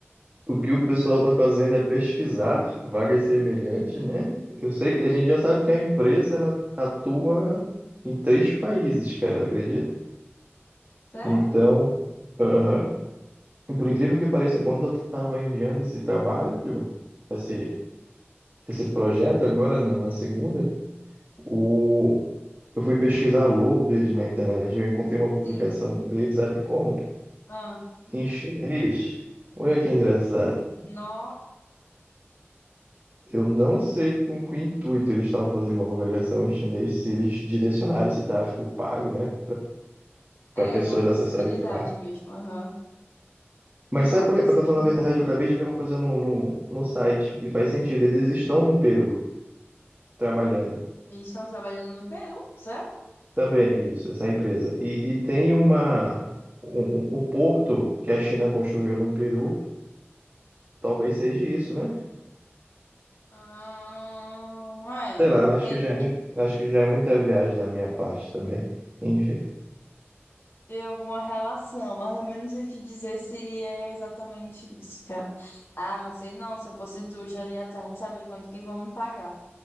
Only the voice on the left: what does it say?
Sério?
Sim.
Ah,
nó.
É,
é uma possibilidade
mesmo. Aham.
É uma
possibilidade.
Eles estão trabalhando no Peru, certo?
Ah, é.
Tem
que
ter alguma relação, mas também não sei te dizer se é exatamente isso, cara. Ah, mas sei não, se eu fosse tu, já iria atrás de saber quanto que vão me pagar.